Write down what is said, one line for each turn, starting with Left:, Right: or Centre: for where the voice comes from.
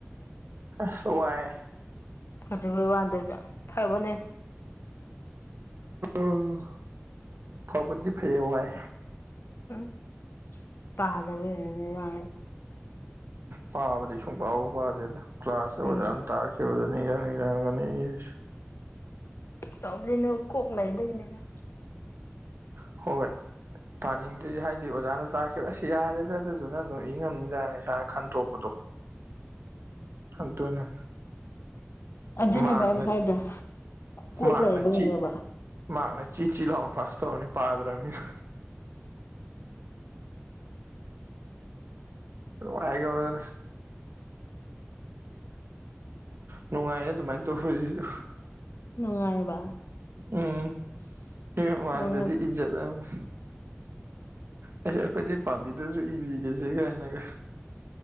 Right: ꯑꯁ ꯋꯥꯏ
Left: ꯀꯩꯗꯧꯕꯩ ꯋꯥꯗꯣꯏꯕ ꯐꯕꯅꯦ
Right: ꯑ <unintelligible> ꯐꯕꯗꯤ ꯐꯩꯌꯦ ꯋꯥꯏ
Left: ꯎꯝ ꯄꯥꯗꯕꯩ ꯌꯥ <unintelligible>
Right: ꯄꯥꯕꯗꯤ ꯁꯨꯡꯄꯥꯕꯨ ꯄꯥꯗꯦꯗ ꯀ꯭ꯂꯥꯁꯇ
Left: ꯎꯝ
Right: ꯑꯣꯖꯥꯥꯟ ꯇꯥꯛ ꯁꯦꯕꯗ <unintelligible> ꯅꯤꯡ <unintelligible> ꯌꯥꯥꯡꯅꯤ <unintelligible> ꯏꯔꯤꯁꯤ
Left: ꯇ <unintelligible> ꯑ <unintelligible> ꯂꯩꯅ <unintelligible> ꯀꯣꯛ ꯂꯩꯕꯩꯅꯤꯗ
Right: ꯍꯣꯏ ꯄꯥꯅꯤꯡꯗꯦ ꯍꯥꯏꯗꯤ ꯑꯣꯖꯥꯅ ꯇꯥꯛꯈꯤꯕ ꯑꯁ ꯌꯥꯔꯦꯗ ꯑꯗꯨꯗꯨꯅ ꯑꯗꯨꯝ ꯏ ꯉꯝꯅꯤꯗꯥꯅ ꯏꯁꯥꯅ ꯈꯟꯇꯣꯛꯄꯗꯣ ꯑꯗꯨꯅꯤ
Left: ꯑꯗꯨꯅꯦꯕ
Right: ꯃꯥꯛꯅ
Left: ꯑꯩꯅ ꯍꯥꯏꯗꯣ ꯀꯣꯛ
Right: ꯃꯥꯛꯅꯆꯤ
Left: ꯂꯩꯕꯒꯤꯅꯦꯕ
Right: ꯃꯥꯛꯅ ꯆꯤꯆꯤꯠ ꯂꯥꯎꯅ ꯄꯥꯁ ꯇꯧꯔꯅꯤ ꯄꯥꯗ꯭ꯔꯕꯅꯤꯅ ꯄꯥꯏꯒꯕꯅꯦ <unintelligible> ꯅꯨꯡꯉꯥꯏꯌꯦ ꯑꯗꯨꯃꯥꯏ ꯇꯧꯕꯁꯤꯁꯨ
Left: ꯅꯨꯡꯉꯥꯏꯔꯕ
Right: ꯎꯝ ꯃꯤ ꯃꯥꯡꯗꯗꯤ
Left: ꯅꯨꯡꯉꯥꯏꯕ
Right: ꯏꯖꯠ ꯑꯃꯅꯤ ꯑꯩꯁ ꯑꯩꯈꯣꯏꯗꯤ ꯄꯥꯝꯕꯤꯗꯁꯨ ꯏꯕꯤꯒꯦꯁꯦ ꯀꯥꯏꯅꯒ